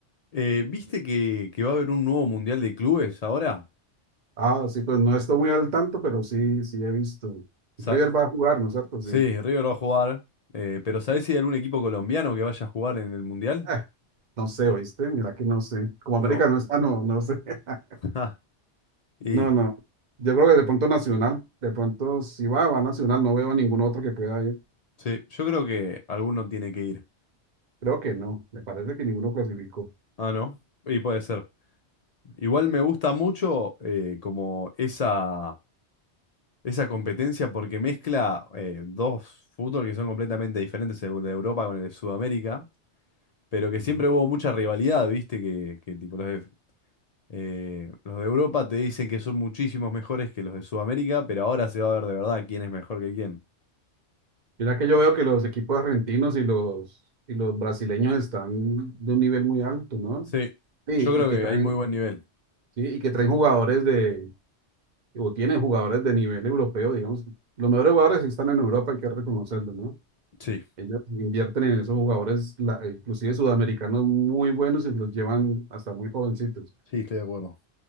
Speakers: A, on the left (about 55°); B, on the right (about 45°).
A: Eh, ¿viste que, que va a haber un nuevo Mundial de Clubes ahora?
B: Ah, sí, pues no estoy muy al tanto, pero sí, sí he visto.
A: Sa-
B: River va a jugar, ¿no es cierto?
A: sí,
B: Sí.
A: River va a jugar, eh, pero ¿sabés si hay algún equipo colombiano que vaya a jugar en el Mundial?
B: Eh, no sé, ¿oíste? Mira que no sé. Como América
A: No.
B: no está, no, no sé. <laughs>
A: <laughs> Ah, Y
B: No, no. Yo creo que de pronto Nacional, de pronto si va, va Nacional, no veo ningún otro que pueda ir.
A: Sí, yo creo que alguno tiene que ir.
B: Creo que no, me parece que ninguno clasificó.
A: Ah, ¿no? Y puede ser. Igual me gusta mucho eh, como esa, esa competencia porque mezcla eh, dos fútbol que son completamente diferentes, el de Europa con el de Sudamérica, pero que
B: Ujú.
A: siempre hubo mucha rivalidad, ¿viste? Que, que tipo los de, eh, los de Europa te dicen que son muchísimos mejores que los de Sudamérica, pero ahora se va a ver de verdad quién es mejor que quién.
B: Mira que yo veo que los equipos argentinos y los, y los brasileños están de un nivel muy alto, ¿no?
A: Sí,
B: Sí,
A: yo creo
B: y que
A: que
B: traen,
A: hay muy buen nivel.
B: sí, y que traen jugadores de, o tiene jugadores de nivel europeo, digamos. Los mejores jugadores sí están en Europa, hay que reconocerlo, ¿no?
A: Sí.
B: Ellos invierten en esos jugadores, la- inclusive sudamericanos muy buenos y los llevan hasta muy jovencitos.
A: Sí, estoy de acuerdo.